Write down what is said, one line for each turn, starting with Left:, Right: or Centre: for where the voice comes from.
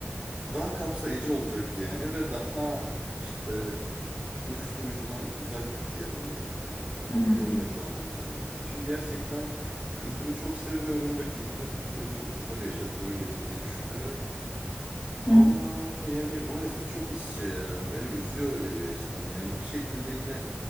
Right: daha kapsayıcı olacak yani ve daha işte uyuşturucudan uzak bir yer olacak yani. Kafamda
Left: Hı hı.
Right: öyle canlanıyor yani. Çünkü gerçekten kültürü çok seviyorum ve kültürün Türkiye'de çok güzel yaşatılabileceğini düşünüyorum. Ama
Left: Hı hı.
Right: yani maalesef çok iç içe ya. Beni üzüyor öyle bir açıdan. Yani bir şekilde yine